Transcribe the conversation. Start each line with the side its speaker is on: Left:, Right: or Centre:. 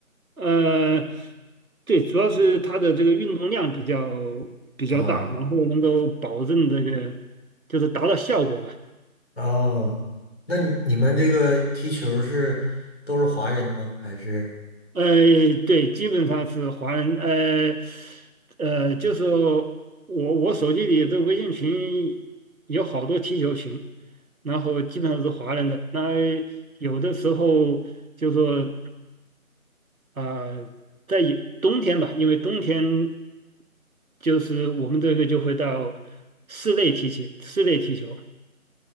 Right: 呃，对，主要是它的这个运动量比较比较大，
Left: 啊，
Right: 然后能够保证这个就是达到效果吧。
Left: 哦，那你你们这个踢球是都是华人吗？还是？
Right: 呃，对，基本上是华人，呃，呃，就是我我手机里这个微信群有好多踢球群，然后基本上是华人的。那有的时候就说啊、呃在有冬天吧，因为冬天就是我们这个就会到室内踢球，室内踢球。